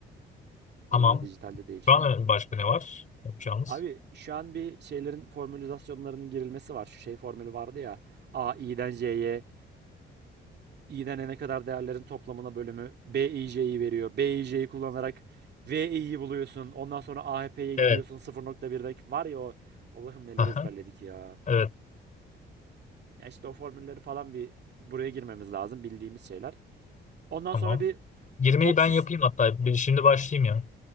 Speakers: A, on the right; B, on the left.
A: Onlar
B: Tamam.
A: dijitalde değil şu
B: Şu an
A: an.
B: başka ne var yapacağımız?
A: Abi şu an bir şeylerin formülizasyonlarının girilmesi var. Şu şey formülü vardı ya. A, i'den c'ye. iğnelene kadar değerlerin toplamına bölümü b BIJ'yi veriyor. b BIJ'yi kullanarak v VI'yi buluyorsun. Ondan sonra a h p'ye gidiyorsun
B: Evet.
A: 0.1'deki. Var ya o Allah'ım neler
B: Aha.
A: ezberledik ya.
B: Evet
A: Ya işte o formülleri falan bir buraya girmemiz lazım bildiğimiz şeyler. Ondan
B: Tamam.
A: sonra bir
B: Girmeyi
A: topsis
B: ben yapayım hatta. Bir- Şimdi başlayayım ya.